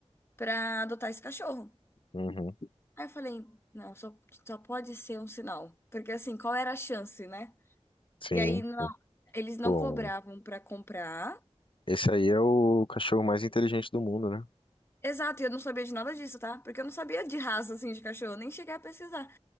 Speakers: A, on the left; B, on the left.
A: pra adotar esse cachorro.
B: Uhum.
A: Aí eu falei, não, só, só pode ser um sinal. Porque assim, qual era a chance, né?
B: Sim.
A: E aí não,
B: sim.
A: eles não
B: Bom,
A: cobravam pra comprar.
B: esse aí é o cachorro mais inteligente do mundo, né?
A: Exato, e eu não sabia de nada disso, tá? Porque eu não sabia de raça assim de cachorro, nem cheguei a pesquisar.